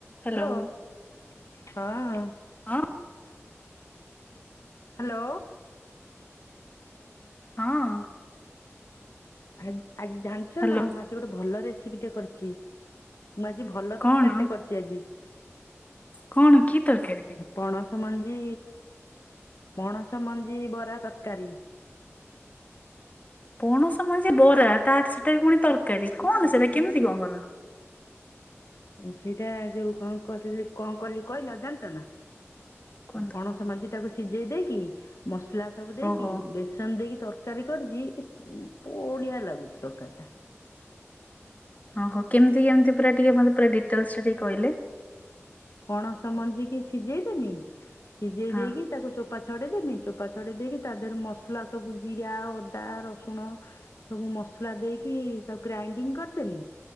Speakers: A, on the left; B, on the left.
A: Hello.
B: Hello ହଁ
A: ହଁ
B: hello
A: ହଁ
B: ଆ ଆଜି ଜାଣିଛ
A: ହ୍ୟାଲୋ
B: ନା ମୁଁ ଆଜି ଗୋଟେ ଭଲ ରେସିପି ଟେ କରିଛି ମୁଁ ଆଜି ଭଲ
A: କଣ
B: ତରକାରୀ ଟେ କରିଛି ଆଜି
A: କଣ କି ତରକାରୀ
B: ପଣସ ମଞ୍ଜି ପଣସ ମଞ୍ଜି ବରା ତରକାରୀ
A: ପଣସ ମଞ୍ଜି ବରା ତାର ସେଟା ପୁଣି ତରକାରୀ କଣ ସେଇଟା କେମିତି କଣ କଲ
B: ସେଇଟା ଯୋଉ କଣ କ କଣ କଲି କହିଲା ଜାଣିଛ ନା
A: କୁହନ୍ତୁ?
B: ପଣସ ମଞ୍ଜି ଟାକୁ ସିଝେଇ ଦେଇକି ମସଲା ସବୁ ଦେଇକି
A: ଓହୋ
B: ବେସନ ଦେଇକି ତରକାରୀ ର କରିଛି ବଢିଆ ଲାଗୁଛି ଦରକାରିଟା
A: ହ ହୋ କେମତି କେମିତି ପୁରା ଟିକେ ମତେ ପୁରା ଡିଟେଲ୍ସ ଟିକେ କହିିଲେ।
B: ପଣସ ମଞ୍ଜିିକି ସିଝେଇଦେନି। ସିଝେଇ
A: ହଁ।
B: ଦେଇକି ତାକୁ ଚୋପା ଛଡେଇଦେନି ଚୋପା ଛଡେଇ ଦେଇକି ତା ଦେରେ ମସଲା ସବୁ ଜିରା, ଅଦା, ରସୁଣ ସବୁ ମସଲା ଦେଇକି ତାକୁ ଗ୍ରାଇଣ୍ଡିଙ୍ଗ କରିଦେନି।